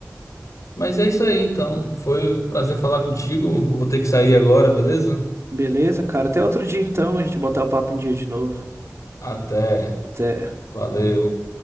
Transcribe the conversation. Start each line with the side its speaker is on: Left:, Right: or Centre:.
Left: Mas é isso aí, então. Foi um prazer falar contigo. Vou ter que sair agora, beleza?
Right: Beleza, cara. Até outro dia então, a gente botar o papo em dia de novo.
Left: Até.
Right: Até.
Left: Valeu.